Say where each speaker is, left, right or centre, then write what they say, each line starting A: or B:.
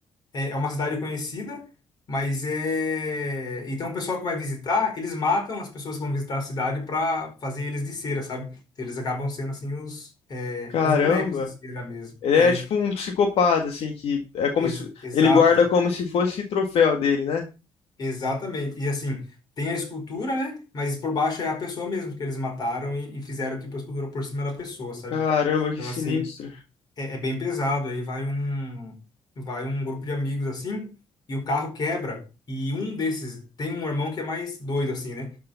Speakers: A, on the left; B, on the left.
A: É é uma cidade conhecida, mas é. Então o pessoal que vai visitar, eles matam as pessoas que vão visitar a cidade para fazer eles de cera, sabe? Então, eles acabam sendo assim os, é,
B: Caramba.
A: os bonecos de cera mesmo.
B: Ele
A: É,
B: é tipo um psicopata, assim, que é como
A: ex-
B: se
A: exato,
B: ele guarda como se fosse troféu dele, né?
A: exatamente. E assim, tem a escultura, né? Mas por baixo é a pessoa mesmo que eles mataram e, e fizeram tipo a escultura por cima da pessoa, sabe?
B: Caramba, que
A: Então
B: sinistro.
A: assim, é, é bem pesado. Aí vai um, vai um grupo de amigos assim, e o carro quebra. E um desses tem um irmão que é mais doido assim, né?